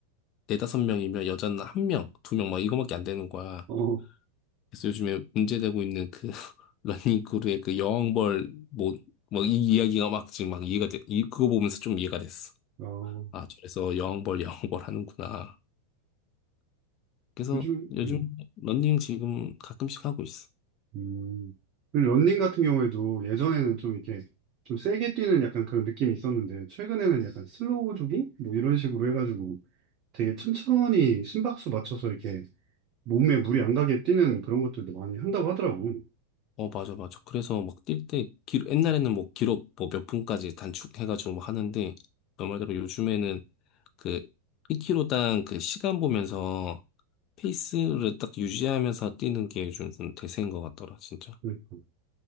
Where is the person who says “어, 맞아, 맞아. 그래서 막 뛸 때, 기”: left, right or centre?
Left